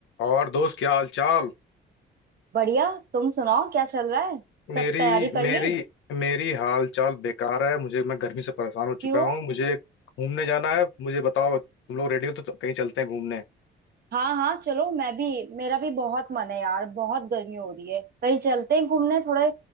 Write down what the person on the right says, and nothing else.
बढ़िया तुम सुनाओ क्या चल रहा है सब
तैयारी कर
ली
क्यों
हाँ हाँ चलो मैं भी मेरा भी बहुत मन है यार बहुत गर्मी हो रही है कहीं चलते हैं घूमने थोड़े